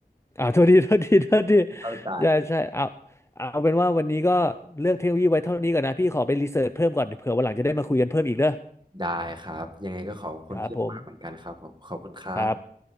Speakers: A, on the left (about 15°); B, on the right (about 30°).
A: อ่าโทษทีโทษทีโทษที
B: เข้าใจ
A: ใช่ใช่เอาเอาเป็นว่าวันนี้ก็เรื่องเทคโนโลยีไว้เท่านี้ก่อนนะพี่ขอไปรีเสิร์ชเพิ่มก่อนเผื่อวันหลังจะได้มาคุยกันเพิ่มอีกเด้อ
B: ได้ครับยังไงก็ขอบคุณพี่มากเหมือนกันครับผมขอบคุณครับ
A: ครับผมครับ